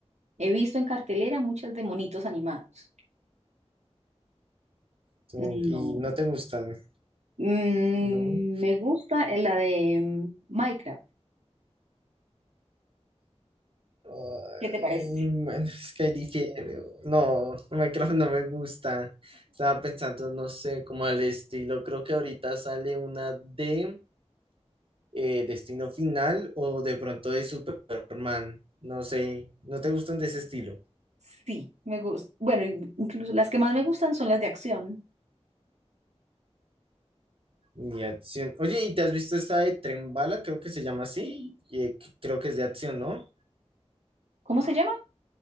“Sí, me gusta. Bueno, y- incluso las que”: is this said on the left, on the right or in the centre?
Right